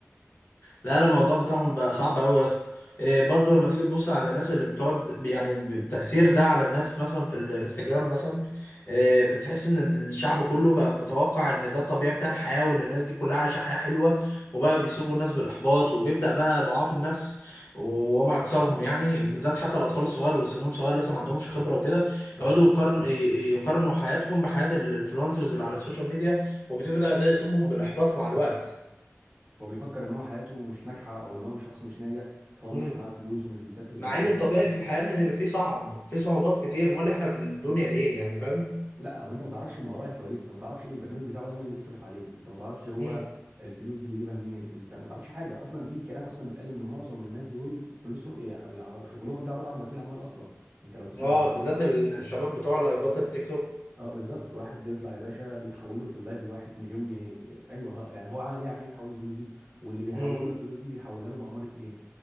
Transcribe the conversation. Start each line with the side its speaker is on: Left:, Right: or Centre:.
Left: لا لا الموضوع بتاعهم بقى صعب قوي يا اسطى إيه برضو لما تيجي تبص على الناس اللي بتقعد يعني بتأثير ده على الناس مثلا في الانستجرام مثلا إيه بتحس ان الشعب كله بقى متوقع ان ده الطبيعي بتاع الحياة وان الناس دي كلها عايشة حياة حلوة وبقى بيسوبوا الناس بالإحباط وبيبدأ بقى ضعاف النفس وما أكثرهم يعني بالذات حتى الأطفال الصغار واللي سنهم صغير لسه ما عندهمش خبرة وكده يقعدوا يقارنوا يقارنوا حياتهم بحياة الانفلونسرز اللي على السوشيال ميديا وبتبدأ ده يصيبهم بالإحباط مع الوقت
Right: هو بيفكر ان هو حياته مش ناجحه او ان هو مش شخص مش ناجح طالما
Left: إمم.
Right: مش معاه فلوس ومش بيسافر زي
Left: مع
Right: ما
Left: ان
Right: ده
Left: الطبيعي
Right: بيسافر
Left: في الحياه ان يبقى في صعب في صعوبات كتير امال احنا في الدنيا ليه يعني فاهم
Right: لا وانت ما تعرفش ما وراء الكواليس انت ما تعرفش ايه البرنامج بتاعه ده مين اللي بيصرف عليه انت ما تعرفش هو
Left: مم.
Right: الفلوس دي بيجيبها منين انت ما تعرفش حاجه اصلا في كلام اصلا بيتقال ان معظم الناس دول فلوسهم ايه او أو شغلهم ده عباره عن غسيل اموال اصلا انت لو تسمع
Left: اه
Right: عن الموضوع
Left: بالذات
Right: ده
Left: الشباب بتوع لايفات التيك توك
Right: اه بالظبط واحد بيطلع يا باشا بيتحول له في اللايف الواحد مليون جنيه ايوه ها- يعني هو عمل ايه عشان يتحول له الفلوس دي واللي بيحوله
Left: مم.
Right: الفلوس دي بيحولها له بأمارة ايه